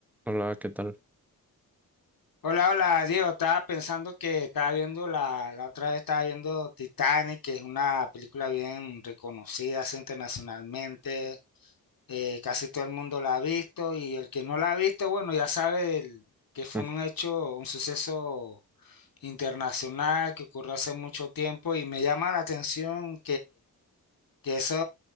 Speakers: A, in the centre; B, on the left.
A: Hola, ¿qué tal?
B: Hola, hola, Diego. Estaba pensando que estaba viendo la, la otra vez estaba viendo Titanic, que es una película bien reconocida así internacionalmente. Eh, casi todo el mundo la ha visto y el que no la ha visto, bueno, ya sabe el- que fue
A: Mm,
B: un hecho, un suceso internacional que ocurrió hace mucho tiempo y me llama la atención que eso,